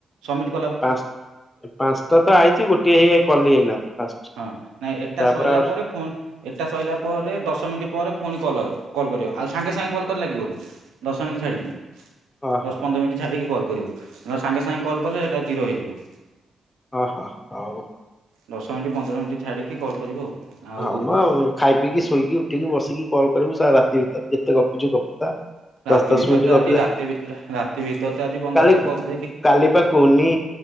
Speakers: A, on the right (about 85°); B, on the left (about 25°).
A: ସବମିଟ
B: ପାଞ୍ଚ ପାଞ୍ଚଟା ତ ଆଇଛି ଗୋଟିଏ ହେଇ କଲି ଏଇନା। ଫାଷ୍ଟ
A: ହଁ ନାଇଁ ଏଟା
B: ତାପରେ
A: ସରିଲା
B: ଆଉ
A: ପରେ ପୁଣି, ଏଟା ସରିଲା ପରେ ଦଶ ମିନିଟ୍ ପରେ ପୁଣି କଲ୍ କଲ୍ କରିବ ଆଉ ସାଙ୍ଗେ ସାଙ୍ଗେ କଲ୍ଲେ ଲାଗିବନି ଦଶ ମିନିଟ୍ ଛାଡ଼ିକି
B: ଓହୋ
A: ଦଶ ପନ୍ଦର ମିନିଟ୍ ଛାଡିକି କଲ୍ କରିବ ସାଙ୍ଗେ ସାଙ୍ଗେ କଲ୍ କଲେ ସେଟା ଜିରୋ ହେଇଯିବ
B: ଓହୋ ହଉ
A: ଦଶ ମିନିଟ୍ ପନ୍ଦର ମିନି୍ ଛାଡ଼ିକି କଲ୍ କରିବ ଆଉ।
B: ହଁ
A: ଆଉ
B: ମୁଁ ଖାଇ ପିଇକି ଶୋଇକି ଉଠିକି ବସିକି କଲ୍ କରିବୁ ସାର୍ ରାତି ଭିତରେ ଯେତେ ଗପିଛୁ ଗପି ଥା
A: ରାତି
B: ଦଶ ଦଶ
A: ଭିତରେ
B: ମିନିଟ
A: ତ
B: ଗପିଲେ
A: ଆଜି ରାତି ରାତି ଭିତରେ ତ ଆଜି ପନ୍ଦରଟା
B: କାଲି
A: କରିଦେଇକି
B: କାଲି ପାଆ କୁନି